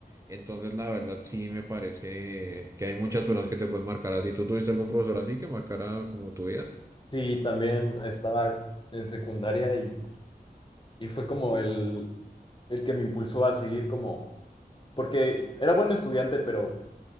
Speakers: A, on the right (about 20°); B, on the left (about 30°).
A: Entonces, la verdad, sí me parece que hay muchas personas que te pueden marcar así. ¿Tú tuviste algún profesor así que marcara como tu vida?
B: Sí, también estaba en secundaria y, y fue como el, el que me impulsó a seguir como, porque era buen estudiante, pero